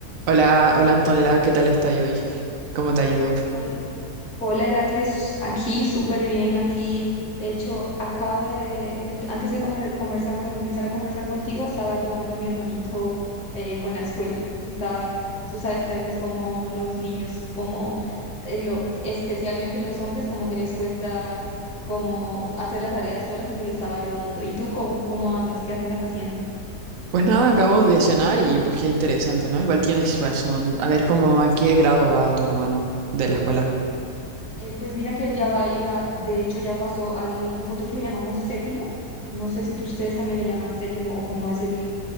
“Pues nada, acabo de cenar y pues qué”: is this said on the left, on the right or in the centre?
Right